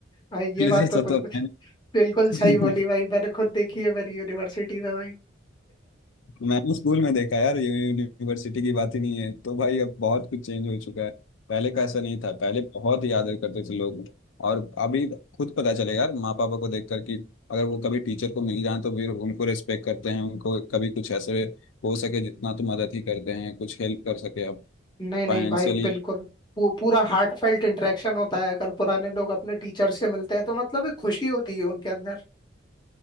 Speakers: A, on the left; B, on the left.
A: भाई
B: <laughs>
A: ये बात
B: जैसा
A: तो तुमने
B: तो है
A: बिल्कुल
B: नहीं।
A: सही बोली भाई मैंने खुद देखी है मेरी यूनिवर्सिटी में भाई
B: मैंने स्कूल में देखा यार यू- यूनिवर्सिटी की बात ही नहीं है तो भाई अब बहुत कुछ चेंज हो चुका है पहले का
A: <laughs>
B: ऐसा नहीं था पहले बहुत याद करते थे लोग और अभी खुद पता चलेगा यार माँ पापा को देख कर कि अगर वो कभी टीचर को मिल जाए तो फिर उनको रिस्पेक्ट करते हैं उनको कभी कुछ ऐसे हो सके जितना तो मदद ही करते हैं कुछ हेल्प कर सके आप
A: नहीं नहीं
B: फाइनेंशियली
A: भाई बिल्कुल वो पूरा हार्ट फेल्ट इंटरेक्शन होता है अगर पुराने लोग अपने टीचर से मिलते हैं तो मतलब एक खुशी होती है उनके अंदर